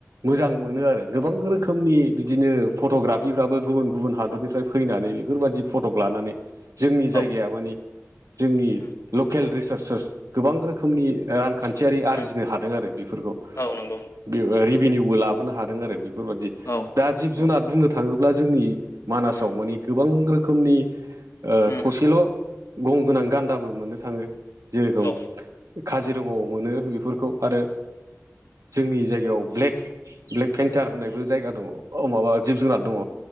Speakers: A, on the right; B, on the left.
A: मोजां मोनो आरो गोबां रो खोमनि बिदिनो फट'ग्राफिफ्राबो गुबुन गुबुन हादरनिफ्राय फैनानै बेफोरबायदि फट'क लानानै जोंनि
B: औ
A: जायगाया माने जोंनि
B: उम
A: लकेल रिसार्चस। गोबां रोखोमनि रांखान्थियारि आरजिनो
B: उम
A: हादों आरो बेफोरखौ।
B: औ नंगौ
A: बे रिभिनिउबो लाबोनो हादों आरो बेफोरबादि।
B: औ।
A: दा जिब
B: औ
A: जुनार बुंनो थाङोब्ला जोंनि मानासाव
B: उम
A: मानि गोबां रोखोमनि
B: उम
A: थसेल' गं गोनां गान्दाबो मोननो थाङो जेरेखोम
B: औ
A: काजिरङायाव मोनो बेफोरखौ आरो जोंनि जायगायाव ब्लेक ब्लेक पन्टार होननायबो जायगा दङ औ माबा जिब जुनार दङ